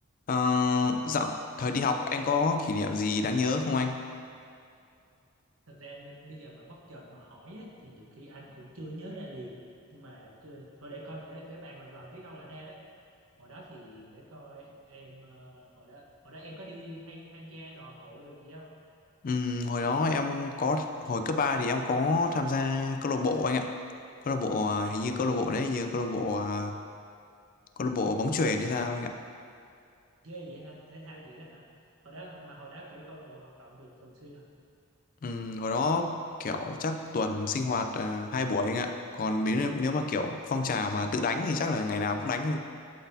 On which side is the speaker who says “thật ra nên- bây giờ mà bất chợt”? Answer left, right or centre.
Right